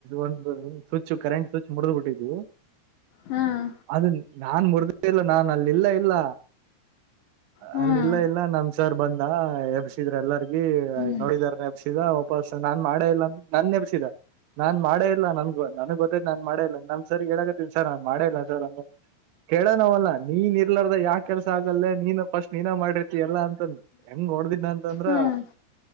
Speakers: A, on the right; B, on the left.
A: ಒಂದು ಸ್ವಿಚ್ ಕರೆಂಟ್ ಸ್ವಿಚ್ ಮುರಿದುಬಿಟ್ಟಿದ್ವಿ
B: ಹ್ಮ್
A: ಅದು ನಾನ್ ಮುರಿದ ಇಲ್ಲ ನಾನು ಅಲ್ಲಿಲ್ಲ ಇಲ್ಲ
B: ಹ್ಮ್
A: ಅಲ್ಲಿ ಇಲ್ಲ ಇಲ್ಲ ನಮ್ ಸರ್ ಬಂದ ಎಬ್ಸಿದ್ರ ಎಲ್ಲಾರ್ಗ ಈ
B: ಹ್ಮ್
A: ನೋಡಿದಾರ ನೆಪಸಿದ ವಾಪಸ್ಸ ನಾನ್ ಮಾಡೇ ಇಲ್ಲ ಅ ನ ನನ್ ಎಬ್ಬಿಸಿದ ನಾನ್ ಮಾಡೇ ಇಲ್ಲ ನನ್ಗ ನನ್ಗ್ ಗೊತ್ತೈ ನಾನ್ ಮಾಡೇ ಇಲ್ಲ ನಮ್ ಸರ್ ಹೇಳಕತ್ತೀನಿ ಸರ್ ನಾನ್ ಮಾಡೇ ಇಲ್ಲ ಸರ್ ಅಂತ ಕೇಳ ನವಲ್ಲ ನೀನ್ ಇರ್ಲಾರ್ದ ಯಾವ ಕೆಲಸ ಆಗಲ್ಲೇ ನೀನ್ ಫಸ್ಟ್ ನೀನ ಮಾಡರಿತಿ ಎಲ್ಲಾ ಅಂತಂದ ಹೆಂಗ ಕೊಡದಿನಿ ಅಂತಂದ್ರ
B: ಹ್ಮ್